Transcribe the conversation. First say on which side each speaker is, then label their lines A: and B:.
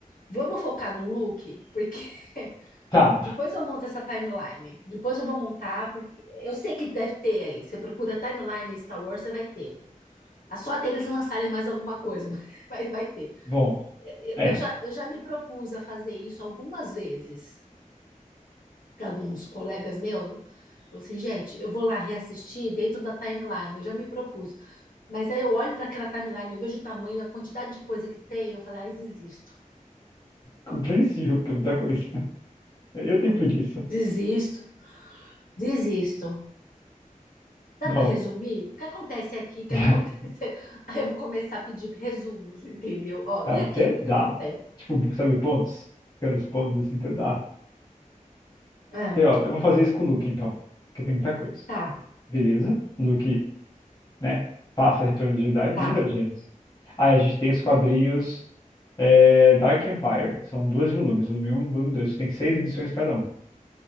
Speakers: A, on the left; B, on the left.
A: Vamos focar no Luke, porque <laughs>
B: Tá,
A: depois eu monto essa timeline. Depois eu vou montar, porque eu sei que deve ter aí. Você procura timeline em Star Wars, você vai ter. Ah, Só até eles lançarem mais alguma coisa, mas <laughs> vai, vai ter.
B: bom,
A: Eu,
B: é
A: eu já, eu já me propus a fazer isso algumas vezes para alguns colegas meus. Falei assim, gente, eu vou lá reassistir dentro da timeline, eu já me propus. Mas aí eu olho para aquela timeline, eu vejo o tamanho, a quantidade de coisa que tem, eu falo, ai, desisto,
B: compreensível, porque é muita coisa. <laughs> Eu tenho preguiça.
A: desisto, desisto. Dá
B: Não,
A: para resumir? O que acontece aqui? O que
B: <laughs>
A: acontece? <laughs> Aí eu vou começar a pedir resumos, entendeu? Ó,
B: até
A: e aqui? O que
B: dá.
A: que acontece?
B: Tipo, sabe, pontos? Ficando os pontos assim, até dá.
A: Ah,
B: Ok, ó, eu vou fazer isso com o Luke, então. Porque tem muita coisa.
A: tá,
B: Beleza. Luke, né? Passa Retorno do Jedi
A: tá.
B: e não é, gente. Aí a gente tem os quadrinhos é, Dark Empire. São dois volumes, volume um, e volume 2. A gente tem seis edições cada um.